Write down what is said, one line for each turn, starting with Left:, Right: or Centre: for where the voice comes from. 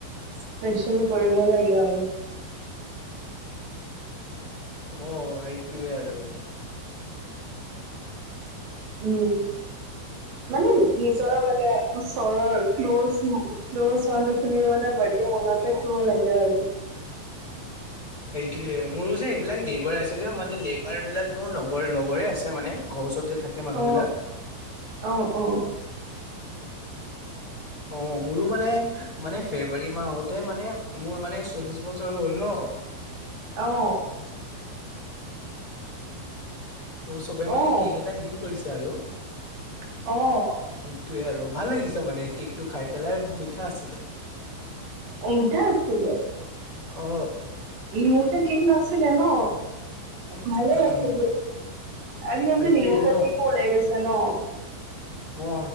Right: স্পেচিয়াল কৰিব লাগে আৰু,
Left: অ সেইটোৱে আৰু
Right: উম মানে নিজৰ মানে ওচৰৰ ক্ল'জ ক্ল'জ মানুহখিনি মানে বাৰ্থডে মনত ৰাখিব লাগে আৰু
Left: সেইটোয়ে মোৰো যে এইবিলাক নেবাৰ আছে যে মানে নেইবাৰ বিলাক মোৰ লগৰ লগৰে আছে মানে ঘৰ ওচৰতে যে থাকে মানুহ
Right: অ
Left: বিলাক
Right: অ অ
Left: অ মোৰো মানে মানে ফেব্ৰুৱাৰী মাহতে মানে মোৰ মানে চল্লিশ বছৰ হ'ল ন,
Right: আহ
Left: তোৰ চবে মানে
Right: অ
Left: কে'ক এটা গিফ্ট কৰিছে আৰু
Right: অ
Left: সেইটোয়ে আৰু ভাল লাগিছ মানে কে'কটো খায় পেলাই মিঠা আছিলে।
Right: অমিতা আছিলে।
Left: অ
Right: মোৰহে কে'ক নাছিলে ন, ভালে
Left: উম
Right: আছিলে আজিকালিতো
Left: সেইটোয়েটো
Right: নিমখ ৰাখি
Left: ন
Right: কল আহি গৈছা ন
Left: অ